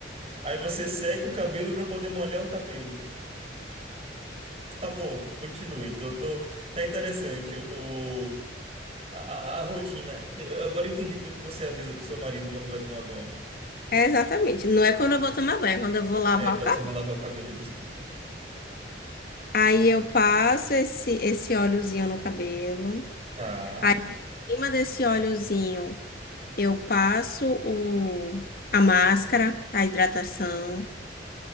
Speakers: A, on the right; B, on the left.
A: Aí você seca o cabelo para poder molhar o cabelo. Tá bom, continue. Tô, tô... Tá interessante o... a, a- a rotina. Eu, eu agora entendi porque que você avisa pro seu marido quando vai tomar banho.
B: É exatamente. Não é quando eu vou tomar banho, é quando eu vou lavar
A: É, quando
B: o cabelo.
A: você vai lavar o cabelo, desculpe.
B: Aí eu passo esse, esse óleozinho no cabelo.
A: Tá.
B: Aí, em cima desse óleozinho. Eu passo o, a máscara, a hidratação.